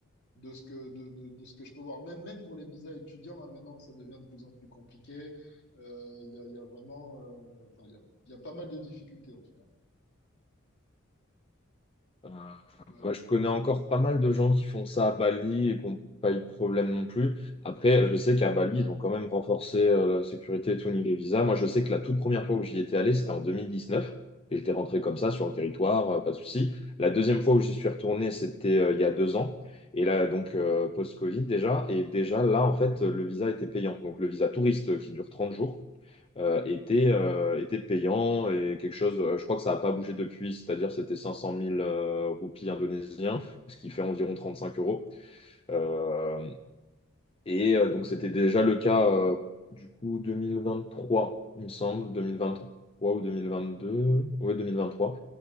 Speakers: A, on the left (about 55°); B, on the left (about 25°).
A: de ce que, de, de, de ce que je peux voir. Même, même pour les visas étudiants, hein, maintenant, ça devient de plus en plus compliqué. Euh, Il y a, il y a vraiment... euh, enfin, il y a, il y a pas mal de difficultés, en tout cas.
B: Euh, enfin,
A: Ouais,
B: ouais, je connais encore pas mal de gens qui font ça à Bali et qui n'ont pas eu de problème non plus. Après, je sais qu'à Bali, ils ont quand même renforcé euh, la sécurité et tout au niveau visa. Moi, je sais que la toute première fois où j'y étais allé, c'était en deux mille dix-neuf Et j'étais rentré comme ça sur
A: ouais,
B: le territoire, euh, pas de souci. La deuxième fois où j'y suis retourné, c'était euh, il y a deux ans. Et là, donc, euh, post-Covid déjà. Et déjà, là, en fait, le visa était payant. Donc, le visa touriste euh, qui dure 30 jours euh, était, euh, était payant et quelque chose, euh, je crois que ça n'a pas bougé depuis, c'est-à-dire c'était 500 000 euh, roupies indonésiens, ce qui fait environ 35 euros. Euh, et euh, donc c'était déjà le cas euh, du coup 2023, il me semble, 2023 ou 2022, ouais 2023.